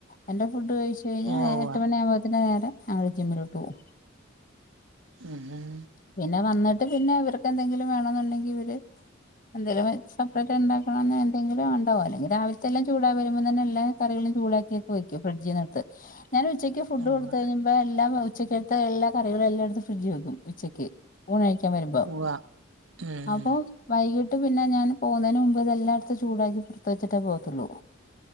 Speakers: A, on the left; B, on the right.
A: എൻ്റെ ഫുഡ് കഴിച്ച് കഴിഞ്ഞാ
B: ഉവ്വ ഉവ്വ
A: എട്ട് മണിയാവുമ്പോത്തിന് നേരെ ആ വഴി ജിമ്മിലോട്ട് പോവും.
B: ഉം ഉം
A: പിന്നെ വന്നിട്ട് പിന്നെ ഇവർക്ക് എന്തെങ്കിലും വേണെന്നുണ്ടെങ്കില് ഇവര് എന്തേലും സെപ്പറേറ്റ് ഉണ്ടാക്കണം എന്തെങ്കിലും ഉണ്ടാവോ അല്ലെങ്കി രാവിലത്തെ എല്ലാം ചൂടായി വരുമ്പോ തന്നെ എല്ലാം കറികളും ചൂടാക്കി ഒക്കെ വെക്കും ഫ്രിഡ്ജ്ന്ന് എടുത്ത് ഞാൻ ഉച്ചയ്ക്ക് ഫുഡ്
B: ഉവ്വ
A: കൊടുത്ത് കഴിയുമ്പാ എല്ലാം ഉച്ചയ്ക്ക് എടുത്ത് എല്ലാ കറികളും എല്ലാ എടുത്ത് ഫ്രിഡ്ജ് വെക്കും ഉച്ചയ്ക്ക് ഊണ് കഴിക്കാൻ വരുമ്പോ
B: ഉവ്വ ഉം
A: അപ്പോം വൈകിട്ട് പിന്നെ ഞാൻ പോകുന്നെന് മുമ്പ് ഇതെല്ലാ എടുത്ത് ചൂടാക്കി പൊറത്ത് വെച്ചിട്ടെ പോകത്തോള്ളൂ.